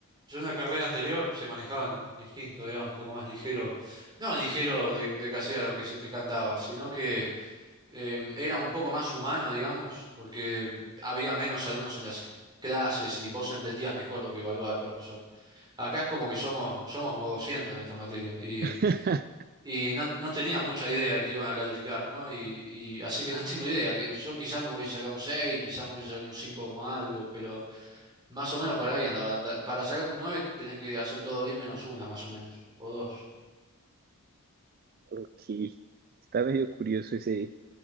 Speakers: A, on the right; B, on the right.
A: yo en la carrera anterior se manejaban distinto, era un poco más ligero, no ligero de, de que hacía lo que se te cantaba, sino que eh, era un poco más humano, digamos, porque había menos alumnos en las clases y vos entendías mejor lo que evaluaba el profesor. Acá es como que somos, somos como 200 en esta materia y,
B: <laughs>
A: y no, no tenía mucha idea de que iban a calificar, ¿no? Y, y así que no <laughs> tengo idea. Yo quizá me hubiese sacado un 6, quizá me hubiese sacado un 5 como algo, pero más o menos por ahí andaba. la nota. Para sacar un 9 tenés que hacer todo bien menos una, más o menos, o dos.
B: Ok, está medio curioso ese,